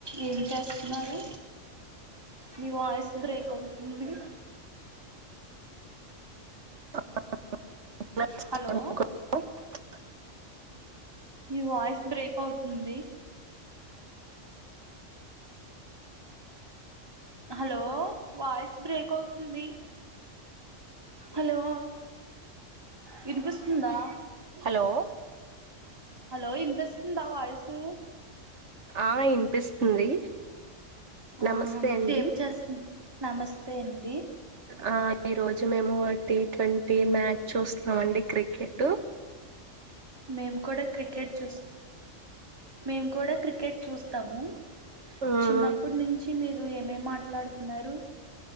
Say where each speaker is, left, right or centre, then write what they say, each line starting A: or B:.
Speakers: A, on the right (about 20°); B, on the right (about 65°).
A: ఏం చేస్తున్నారు మీ వాయిస్ బ్రేక్ అవుతుంది
B: <inaudible>
A: హలో మీ వాయిస్ బ్రేక్ అవుతుంది హలో వాయిస్ బ్రేక్ అవుతుంది హలో వినిపిస్తుందా
B: హలో
A: హలో ఇన్పిస్తుందా వాయుసు
B: ఆ ఇనిపిస్తుంది
A: ఆ
B: నమస్తే అండి
A: ఏం చేస్ నమస్తే అండి
B: ఆ ఈ రోజు మేము టీ ట్వంటీ మ్యాచ్ చూస్తున్నామ అండి క్రికెటు
A: మేము కూడా క్రికెట్ చూస్తాం మేము కూడా క్రిక్ కెట్ చూస్తాము
B: మ్మ్
A: చిన్నప్పుటి నుంచి కి మీరు ఏమేం మాట్లాడుతున్నారు